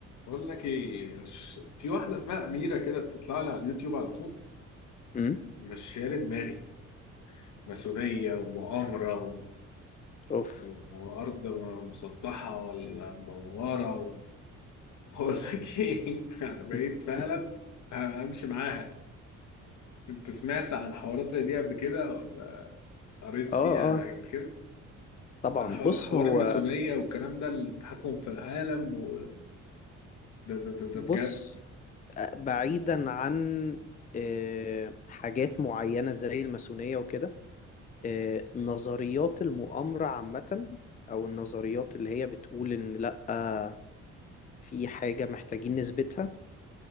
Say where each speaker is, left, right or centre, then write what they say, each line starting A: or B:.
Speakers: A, on the left (about 70°); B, on the left (about 25°).
A: بقول لك ايه ش- في واحده اسمها اميره كده بتطلع لي على اليوتيوب على طول
B: امم
A: مش شايله دماغي ماسونيه ومؤامره و...
B: اوف
A: و... وارض م- مسطحه ولا مدوره و... <laughs> بقول لك ايه <laughs> انا بقيت
B: <laughs>
A: فعلا امشي معاها انت سمعت عن حوارات زي دي قبل كده ولا قريت فيها
B: اه اه
A: قبل كده
B: طبعا
A: عن حو-
B: بص
A: حوار
B: هو
A: الماسونيه والكلام ده التحكم في العالم و... ده, ده, ده, ده
B: بص
A: بجد
B: آه، بعيدا عن آه، حاجات معينة زي الماسونية وكده آه، نظريات المؤامرة عامة أو النظريات اللي هي بتقول إن لأ آه، في حاجة محتاجين نثبتها